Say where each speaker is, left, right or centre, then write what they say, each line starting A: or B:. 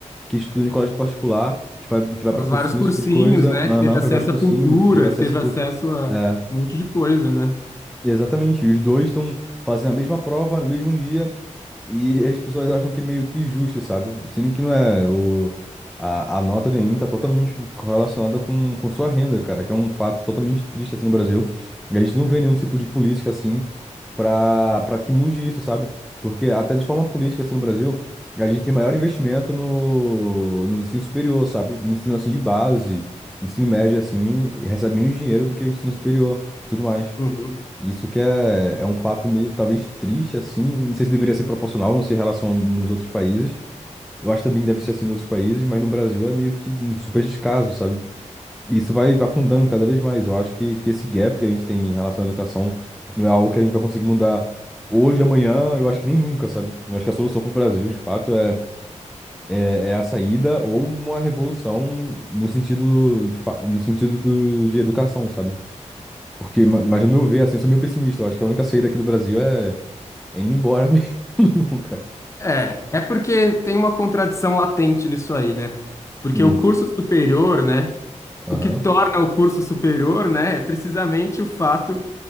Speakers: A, in the centre; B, on the left.
A: que estuda em colégio particular, que vai, que vai
B: Faz
A: pra cursinho,
B: vários cursinhos,
A: esse tipo de coisa.
B: né?
A: Aham,
B: Que teve acesso
A: faz vários cursinhos,
B: à cultura,
A: teve acesso
B: que teve
A: a. cu-
B: acesso a
A: É,
B: um monte de coisa, né?
A: exatamente. Os dois estão fazendo a mesma prova no mesmo dia, e as pessoas acham que é meio que justo, sabe? Sendo que não é. O, a, a nota do Enem tá totalmente correlacionada com, com sua renda, cara, que é um fato totalmente triste assim no Brasil. E a gente não vê nenhum tipo de política assim pra, pra que mude isso, sabe? Porque até de forma política assim no Brasil, a gente tem maior investimento no, no ensino superior, sabe? No Ensino assim de base, ensino médio assim, e recebe menos dinheiro do que o ensino superior e tudo mais.
B: Uhum.
A: Isso que é, é um fato meio, talvez, triste, assim. Não sei se deveria ser proporcional, não sei em relação nos outros países. Eu acho também que deve ser assim nos outros países, mas no Brasil é meio que um super descaso, sabe? E isso vai, vai afundando cada vez mais. Eu acho que, que esse gap que a gente tem em relação à educação não é algo que a gente vai conseguir mudar hoje, amanhã, eu acho que nem nunca, sabe? Eu acho que a solução para o Brasil, de fato, é, é, é a saída ou uma revolução no sentido, de, fa- no sentido do, de educação, sabe? Porque, ma- mas no meu ver, assim, eu sou meio pessimista. Eu acho que a única saída aqui do Brasil é, é indo embora <laughs> mesmo, cara.
B: É, é porque tem uma contradição latente nisso aí, né? Porque
A: Hum,
B: o curso superior, né?
A: aham,
B: O que torna o curso superior, né? É precisamente o fato